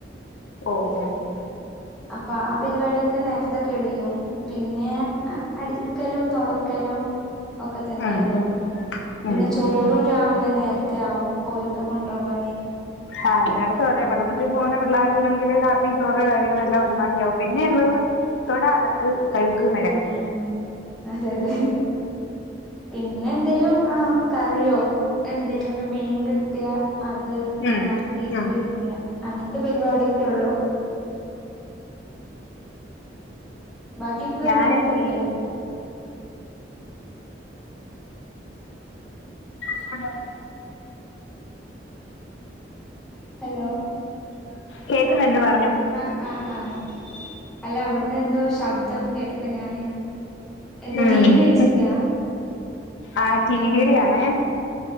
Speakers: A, on the left (about 80°); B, in the centre.
A: ഓ ഓ ഓ
B: അപ്പൊ ആ പരിപാടിയൊക്കെ നേരത്തെ കഴിയും. പിന്നെ അടിക്കലും തുടക്കലും ഒക്കെ തന്നെയുള്ളു.
A: ഉം ഉം
B: പിന്നെ,
A: ഉം
B: ചോറ്
A: ഉം ഉം
B: രാവിലെ നേരത്തെ ആവും. ഒരിക്ക് കൊണ്ടു പോവാഞ്ഞ്
A: ആഹ് അടുത്ത് അ പറയാെ പള്ളികൂടത്തില് പോകുന്ന പിള്ളേരുള്ളെങ്കില് കാപ്പീും ചോറ് കാര്യങ്ങളെല്ലാം ഒരുമാതിരിയാവും ക്കിയും. പിന്നെയൊള്ളത് തൊട, അലക്ക്, കഴുക്ക്, മഴക്ക്
B: ആഹ് അതെ അതെ, പിന്നെഎന്തേലും ആ കറിയോ എന്തെങ്കിലും മീൻ കിട്ടിയ അത് നന്നാക്കി
A: ഉം ഉം
B: പൊരി യ അങ്ങനത്തെ പിടിപാടൊക്കെ ഒള്ളൂ. ബാക്കിയൊക്കെ ഒരു
A: ഞാന്
B: വിധം കഴിയും.
A: സ്ഥല <unintelligible> <unintelligible>
B: ഹലോ...
A: കേക്കുന്നുണ്ട് പറഞ്ഞോ?
B: ആഹ് ആഹ് ആഹ് അല്ല അവ്ട്ന്ന് എന്തോ ശബ്ദം കേട്ടപ്പോ ഞാന് എന്താ
A: ഉം
B: ടി വി വെച്ചക്കാ
A: ഹും. ആ ടിവിടെയണേ.